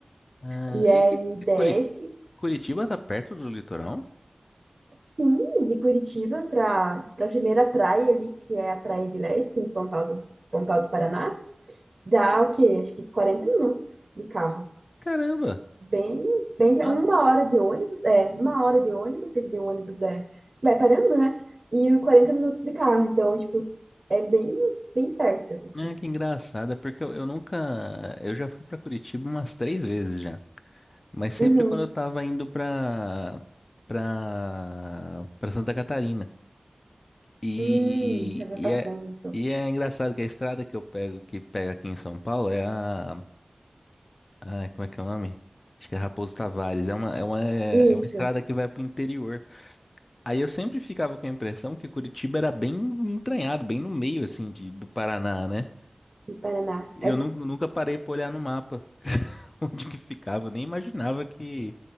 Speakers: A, on the left; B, on the right.
A: Ah,
B: E aí
A: e, e-
B: desce
A: e Curi- Curitiba tá perto do litoral?
B: Sim, de Curitiba para para a primeira praia ali, que é a Praia de Leste, em Pontal do, Pontal do Paraná, dá o quê? Acho que 40 minutos de carro.
A: Caramba!
B: Bem, bem, tra-
A: Nossa,
B: uma hora de ônibus, é, uma hora de ônibus, porque de ônibus é, vai parando, né? E 40 minutos de carro, então, tipo, é bem, bem perto, assim.
A: ah, que engraçado, é porque eu, eu nunca, eu já fui pra Curitiba umas três vezes já, mas sempre
B: Uhum.
A: quando eu tava indo pra para para Santa Catarina. E,
B: Hum, tava
A: e
B: passando,
A: é
B: então.
A: E é engraçado que a estrada que eu pego, que pega aqui em São Paulo, é a Ah, como é que é o nome? Acho que é Raposo Tavares. É uma, é uma, é
B: Isso,
A: uma estrada que vai pro interior. Aí eu sempre ficava com a impressão que Curitiba era bem entranhado, bem no meio, assim, de, do Paraná, né?
B: no Paraná.
A: Eu nu- nunca parei pra olhar no mapa <laughs> onde que ficava. Nem imaginava que,